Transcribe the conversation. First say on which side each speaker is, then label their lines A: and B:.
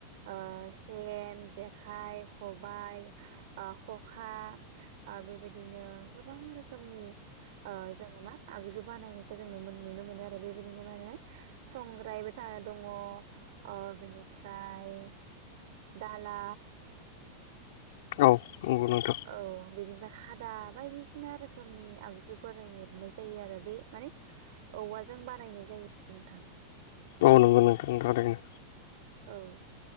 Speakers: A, on the right; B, on the left.
A: ओ सेन जेखाइ खबाइ ओ खखा ओ बेबायदिनो गोबां रोखोमनि ओ जोङो मा आगजु बानायनायखौ जों नुनो मोनो आरो बेबायदिनो मा होने संग्रायबो था दङ अ बिनिफ्राय दाला
B: औ नंगौ नोंथां
A: औ बेनिफ्राय खादा बायदिसिना रोखोमनि आगजुफोरा हेबनाय जायो आरो बे माने औवाजों बानायनाय जायो नोंथां
B: औ नोंगौ नोंथां थारैनो
A: औ ओ